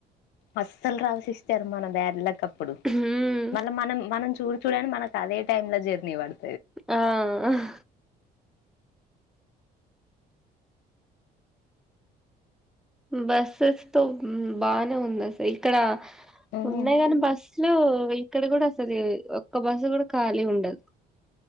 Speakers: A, on the left; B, in the centre.
A: అస్సలు రావు సిస్టర్ మన బ్యాడ్లకప్పుడు
B: ఉమ్
A: మళ్ళ మనం మనం చూడు చూడండి మనకు అదే టైమ్ ల జర్నీ వడ్
B: ఆ అహ్ బస్సెస్ తో బానే ఉంది అసల్ ఇక్కడ
A: ఉమ్
B: ఉన్నాయి గాని బస్సులు ఇక్కడ కూడా అసది ఒక్క బస్ కూడా ఖాళీ ఉండదు